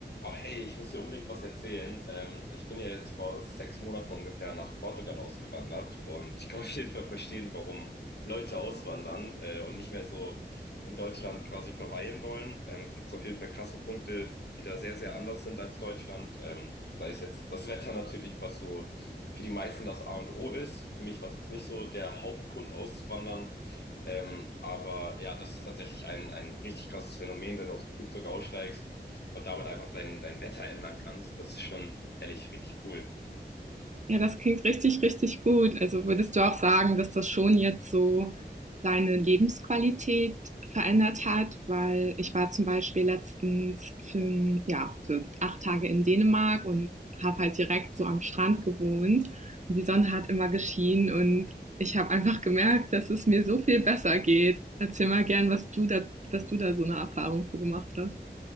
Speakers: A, on the left; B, on the right.
A: Oh, hey, ich muss dir unbedingt was erzählen. Ähm, ich bin ja jetzt vor sechs Monaten ungefähr nach Portugal ausgewandert und ich kann auf jeden Fall verstehen, warum Leute auswandern äh, und nicht mehr so in Deutschland quasi verweilen wollen. Ähm, es gibt auf jeden Fall krasse Punkte, die da sehr, sehr anders sind als Deutschland. Ähm, sei es jetzt das Wetter natürlich, was so für die meisten das A und O ist. Für mich war es jetzt nicht so der Hauptgrund auszuwandern, ähm, aber ja, das ist tatsächlich ein, ein richtig krasses Phänomen, wenn du aus dem Flugzeug aussteigst und damit einfach dein, dein Wetter ändern kannst. Das ist schon ehrlich richtig cool.
B: Ja, das klingt richtig, richtig gut. Also würdest du auch sagen, dass das schon jetzt so deine Lebensqualität verändert hat? Weil ich war zum Beispiel letztens für, n- ja, für acht Tage in Dänemark und habe halt direkt so am Strand gewohnt und die Sonne hat immer geschienen und ich habe einfach gemerkt, dass es mir so viel besser geht. Erzähl mal gern, was du da, was du da so eine Erfahrung für gemacht hast.